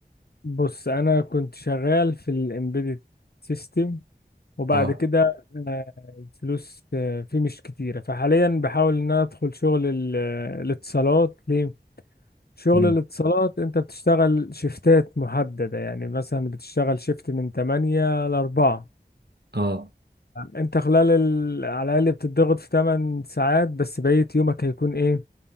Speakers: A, on the left (about 65°); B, on the right (about 70°).
A: بص أنا كنت شغال في الإمبيدد سيستم وبعد
B: اه
A: كده آه، الفلوس آه، فيه مش كتيرة فحاليا بحاول ان انا ادخل شغل ال- آه، الاتصالات ليه شغل
B: مم.
A: الاتصالات انت بتشتغل شيفتات محددة يعني مثلا بتشتغل شيفت من 8 ل 4
B: اه
A: انت خلال ال... على الاقل بتضغط في 8 ساعات بس بقية يومك هيكون ايه